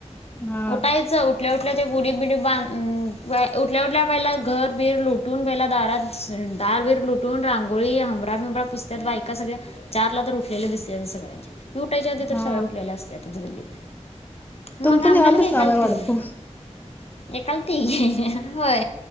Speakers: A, on the left; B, on the left.
A: हा
B: उठायचं उठल्या व ठल्या ते गुडी बिडी बांध उठल्या उठल्या पहि घरबिर लुटून पहिला दारात दारवीर लुटून रांगोळी हमबरा बिबरा पुस्त्यात बायका सगळ्या चारला तर उठले दिसते सगळ्यांचे मी उठायच्या आी तर
A: हा
B: सगळ्या उलेल्या असतच गल्लीत मग
A: तुमचं
B: आम्यालग
A: निवांतच काम
B: कलतीे
A: आहे वाटतं
B: एकाल ती घे होय